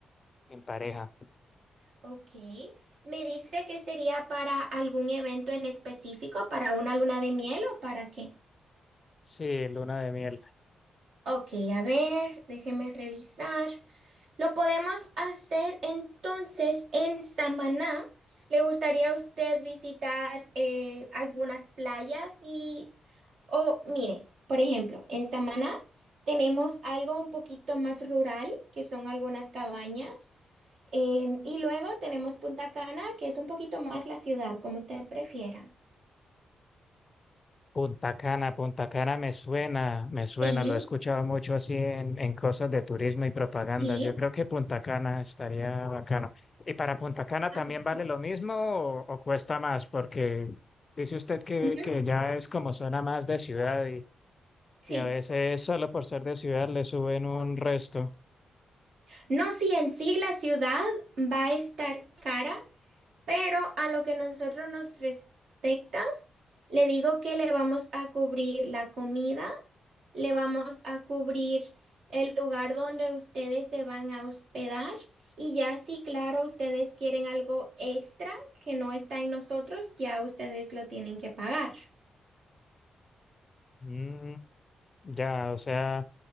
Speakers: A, on the left; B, on the right.
A: en pareja.
B: Ok. ¿Me dice que sería para algún evento en específico, para una luna de miel o para qué?
A: Sí, luna de miel.
B: Ok, a ver, déjeme revisar. Lo podemos hacer entonces en Samaná. ¿Le gustaría a usted visitar eh, algunas playas? Y, o mire, por ejemplo, en Samaná tenemos algo un poquito más rural, que son algunas cabañas. Em, y luego tenemos Punta Cana, que es un poquito más la ciudad, como usted prefiera.
A: Punta Cana, Punta Cana me suena, me suena,
B: Sí,
A: lo he escuchado mucho así en, en cosas de turismo y propaganda.
B: sí.
A: Yo creo que Punta Cana estaría bacano. ¿Y para Punta Cana
B: Ah,
A: también
B: bueno.
A: vale lo mismo o, o cuesta más? Porque dice usted que,
B: Ujú,
A: que ya es como zona más de ciudad y,
B: Sí.
A: y a veces solo por ser de ciudad le suben un resto.
B: No, sí, en sí la ciudad va a estar cara, pero a lo que nosotros nos respecta, le digo que le vamos a cubrir la comida, le vamos a cubrir el lugar donde ustedes se van a hospedar y ya si, claro, ustedes quieren algo extra que no está en nosotros, ya ustedes lo tienen que pagar.
A: Mm, ya, o sea.